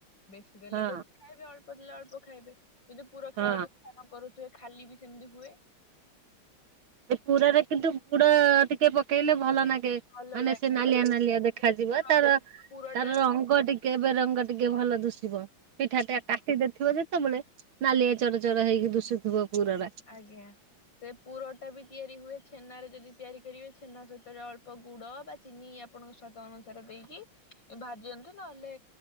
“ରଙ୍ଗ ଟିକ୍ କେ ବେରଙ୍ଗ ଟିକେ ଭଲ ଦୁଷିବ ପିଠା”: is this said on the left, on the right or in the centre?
Right